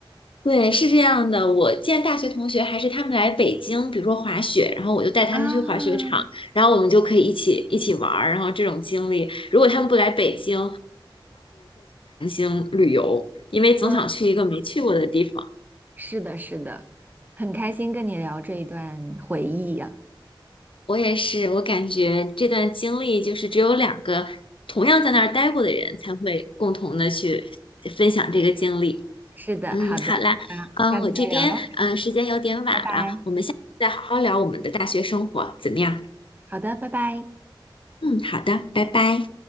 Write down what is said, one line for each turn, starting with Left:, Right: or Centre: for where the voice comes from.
Left: 对，是这样的。我见大学同学还是他们来北京，比如说滑雪，然后我就带他们去滑雪场，
Right: 啊，
Left: 然后我们就可以一起一起玩儿。然后这种经历，如果他们不来北京，嗯，旅游，因为总想去一个没去过的地方。
Right: 嗯，是的，是的，很开心跟你聊这一段回忆呀、
Left: 我也是，我感觉这段经历就是只有两个同样在那儿待过的人才会共同的去分享这个经历。
Right: 是的，
Left: 嗯，
Right: 好的，
Left: 好啦，
Right: 那下次再聊喽，
Left: 嗯，我这边嗯时间有点晚了，
Right: 拜拜。
Left: 我们下次再好好聊我们的大学生活，怎么样？
Right: 好的，拜拜。
Left: 嗯，好的，拜拜。